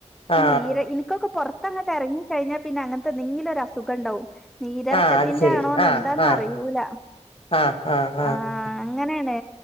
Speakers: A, on the left; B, in the centre.
A: ആ
B: ഇ നീര് ഇനിക്കൊക്കെ പൊറ ത്തങ്ങട്ട് ഇറങ്ങിഴഞ്ഞാൽ പിന്നെ അങ്ങനത്തെന്തെങ്കിലും ഒരു അസുഖണ്ടാവും. നീരെറക്കത്തിന്റെ
A: ആ അത് ശരി
B: ആണോന്ന്
A: ആ
B: എന്താന്ന്
A: ആ
B: അറിയൂല
A: ആ ആ ആ
B: ആഹ് അങ്ങനേണ്